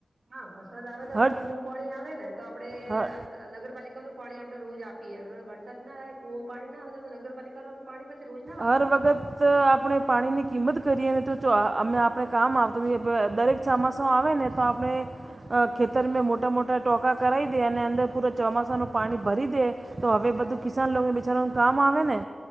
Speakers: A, on the right (about 65°); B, on the right (about 40°).
A: હા વરસાદ આવે તો આપડ
B: હર
A: કુમ પાણી આવે ને તો આપડે
B: હર
A: નગરપાલિકાનુંું પાણી આપડણે રોજ આપીએમ વરસાદ ના આવે કોમ પાણી ના હોતા નગરપાલિકા ન પાણી પાછી રોજ ના આપે
B: હર વગત આપણે પાણીની કિંમત કરીએ ને તો અમે આપણે કામ આવતા નથી દરેક ચોમાસો આવે ને તો આપણે ખેતરમાં મોટા મોટા ટોંકા કરાવી દે અને અંદર પૂરા ચોમાસાનું પાણી ભરી દે તો હવે બધું કિસાન લોકોને બિચારવાનું કામ આવે ને.